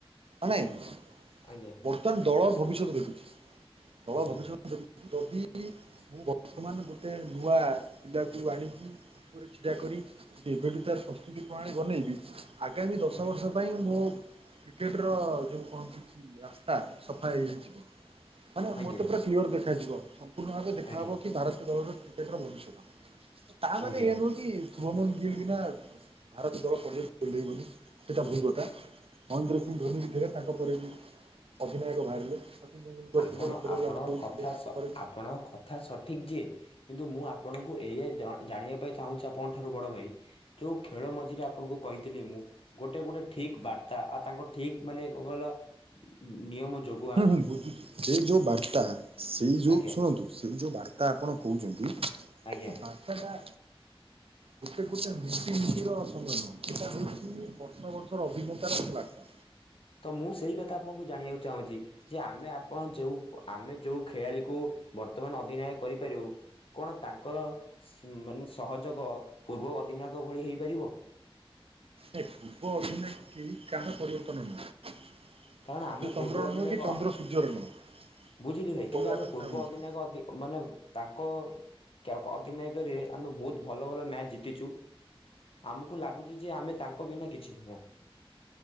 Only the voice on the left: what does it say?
ଆଜ୍ଞା
ଆଜ୍ଞା
ଆଜ୍ଞା
ଆଜ୍ଞା
ଆଜ୍ଞା
ଆଜ୍ଞା
ଆପଣ
ଆପଣଙ୍କ
କଥା
ସ
ଆପଣଙ୍କ କ କଥା ସଠିକ୍ ଯେ କିନ୍ତୁ ମୁଁ ଆପଣଙ୍କୁ ଏଇଆ ଜା ଜାଣିବା ପାଇଁ ଚାହୁଁଛି ଆପଣଙ୍କ ଠାରୁ ବଡ ଭାଇ ଯୋଉ ଖେଳ ମଝିରେ ଆପଣଙ୍କୁ କହିଥିଲି ମୁଁ ଗୋଟେ ଗୋଟେ ଠିକ୍ ବାର୍ତ୍ତା ଆଉ ତାଙ୍କ ଠିକ୍ ମାନେ କଣ କହିଲ ନିୟମ ଯୋଗ୍
ଆଜ୍ଞା
ଆଜ୍ଞା
ତ ମୁଁ ସେଇ କଥା ଆପଣଙ୍କୁୁ ଜାଣିବାକୁ ଚାହୁଁଛି? ଯେ ଆମେ ଆପଣ ଯୋଉ, ଆମେ ଯୋଉ ଖେଳାଳିକୁ ବର୍ତ୍ତମାନ ଅଧିନାୟ କରିପାରିବୁ କଣ ତାଙ୍କର ମାନେ ସହଯୋଗ ପୂର୍ବ ଅଧିନାୟକ ଭଳି ହେଇପାରିବ?
କାରଣ ଆମେ ପୂର୍ବ
ଅଧିନାୟକ
ବୁଝିଲି ଭାଇ,
କିନ୍ତୁ ଆମେ
ପୂର୍ବ
ଅଧିନାୟକ ମାନେ ତାଙ୍କ ଅଧନାୟକରେ, ଆମେ ବହୁତ ଭଲ ଭଲ ମ୍ୟାଚ ଜିତିଛୁ। ଆମକୁ ଲାଗୁଛି ଯେ ଆମେ ତାଙ୍କ ବିନା କିଛି ନୁହଁ।